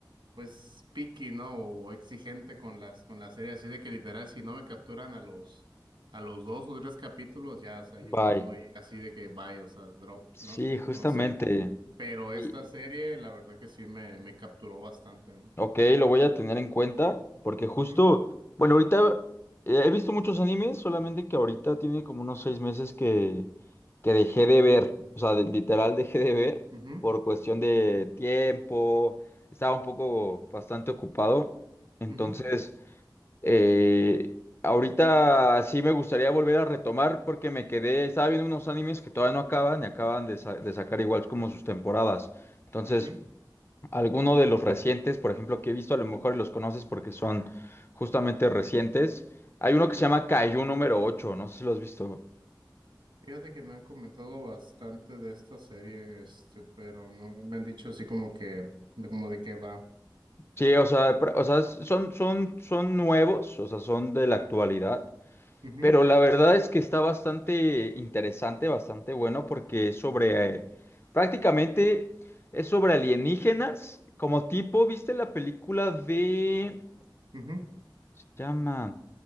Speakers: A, on the right; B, on the left.
A: pues, picky, ¿no? O exigente con las, con la serie, así de que literal, si no me capturan a los, a los dos o tres capítulos, ya, o sea, yo
B: Bye.
A: les doy así de que bye, o sea, drop,
B: Sí,
A: ¿no?
B: justamente.
A: Entonces... Pero
B: Y,
A: esta serie, la verdad que sí me, me capturó bastante, ¿no?
B: ok, lo voy a tener en cuenta porque justo,
A: Ujú,
B: bueno, ahorita eh, he visto muchos animes, solamente que ahorita tiene como unos seis meses que, que dejé de ver, o sea, de- literal dejé de ver
A: ujú,
B: por cuestión de tiempo, estaba un poco bastante ocupado, entonces,
A: ujú,
B: eh, ahorita sí me gustaría volver a retomar porque me quedé, estaba viendo unos animes que todavía no acaban y acaban de, sa- de sacar igual como sus temporadas, entonces...
A: ujú,
B: Alguno de los recientes, por ejemplo, que he visto, a lo mejor los conoces porque son justamente recientes. Hay uno que
A: ujú.
B: se llama Kaiju número ocho, no sé si lo has visto.
A: Fíjate que me han comentado bastante de esta serie, este, pero no me han dicho así como que, de como de qué va.
B: Sí, o sea, pr- o sea, son, son, son nuevos, o sea, son de la actualidad.
A: Ujú,
B: Pero la verdad es que está bastante interesante, bastante bueno, porque es sobre, eh, prácticamente es sobre alienígenas, como tipo, ¿viste la película de...
A: ujú,
B: Se llama.